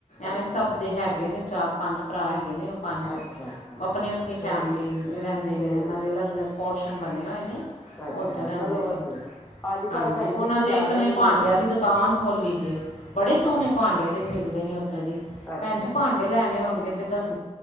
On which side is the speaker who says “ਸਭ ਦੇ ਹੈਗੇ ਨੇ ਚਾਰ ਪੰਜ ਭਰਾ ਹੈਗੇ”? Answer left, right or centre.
Left